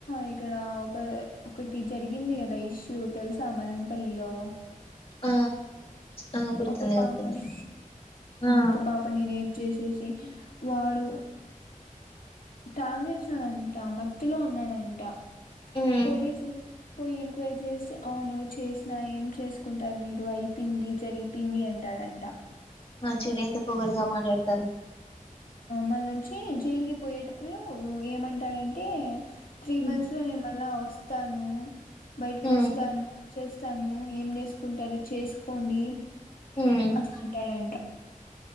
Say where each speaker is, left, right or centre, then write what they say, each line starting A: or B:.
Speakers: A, on the left; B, on the left.
A: ఇక్కడ ఒక ఒకటి జరిగింది కదా ఇష్యూ తెలుసా మదనపల్లిలో
B: ఆ ఆ! గుర్తుంది.
A: ఒక పాపని
B: గుర్తుంది. ఆ!
A: ఒకంకా పాప నడి చేసేసి వాడు తాగేసాడంట మత్తిలో ఉన్నాడంట
B: హ్మ్.
A: పోలీసులు పోయి ఎంక్వైరీ చేసి అవును చేసిన ఏం చేసుకుంటారు మీరు అయిపోంది జరిగి పింన్ని అంటాడంట
B: చూడు ఎంత పొగరుగా మాట్లాడతారు
A: మళ్ళ నుంచి జైలుకి పోయేటప్పుడు ఏమంటాడంటే త్రీ
B: హ్మ్.
A: మంత్స్ లో నేను మళ్ళ వస్తా తను బయటికి
B: హ్మ్.
A: వస్తాను చేస్తాను ఏం చేసుకుంటారో చేసుకోండి
B: హ్మ్.
A: అట్లా అంటాడంట